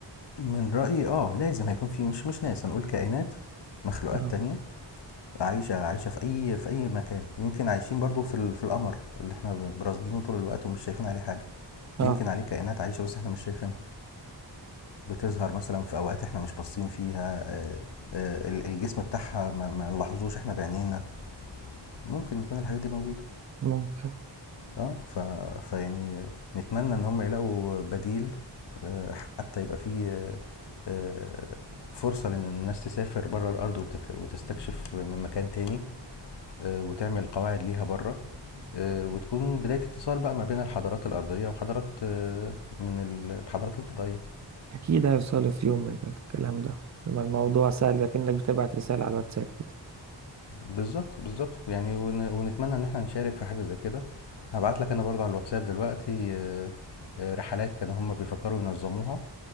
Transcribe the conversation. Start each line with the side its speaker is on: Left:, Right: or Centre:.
Left: من رأيي اه لازم هيكون في مش مش ناس هنقول كائنات مخلوقات
Right: اه
Left: تانية عايشة عايشة في أي في أي مكان يمكن عايشين برضو في ال- في القمر اللي احنا ب- براصدينه طول الوقت ومش شايفين عليه حاجة
Right: اه
Left: يمكن عليه كائنات عايشة بس احنا مش شايفينها بتظهر مثلا في أوقات احنا مش باصين فيها آه، آه، ال- الجسم بتاعها ما ما نلاحظوش احنا بعينينا ممكن يكون الحاجات دي موجودة
Right: ممكن
Left: اه ف... فيعني آه، نتمنى ان هم يلاقوا بديل آه، حتى يبقى فيه آه، آه، فرصة لأن الناس تسافر بره الأرض وتك- وتستكشف من مكان تاني آه، وتعمل قواعد ليها بره آه، وتكون بداية اتصال بقى ما بين الحضارات الأرضية وحضارات آه، من ال- الحضارات الفضائية
Right: أكيد هيوصلوا في يوم من الكلام ده يبقى الموضوع سهل لكنك بتبعت رسالة على الواتساب كده
Left: بالظبط بالظبط يعني ون- ونتمنى إن احنا نشارك في حاجة زي كده هبعت لك أنا برضو على الواتساب دلوقتي آه، آه، رحلات كانوا هم بيفكروا ينظموها